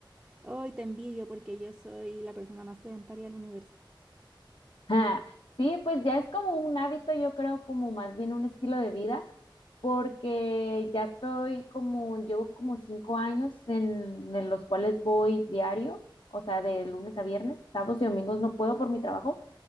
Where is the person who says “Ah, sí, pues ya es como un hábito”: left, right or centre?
Left